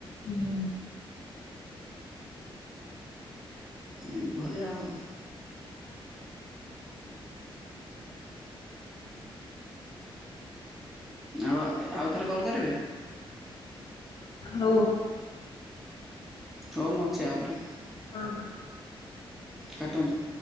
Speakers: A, on the left (about 55°); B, in the centre.
A: ଇଏ।
B: ଏଭଳିଆ ଆଉ। ଆଉ ଆଉ ଥରେ କଲ୍ କରିବେ।
A: ହଉ।
B: ହଉ ମୁଁ ଅଛି ଆପରେ।
A: ହଁ ହଁ।
B: କାଟନ୍ତୁ।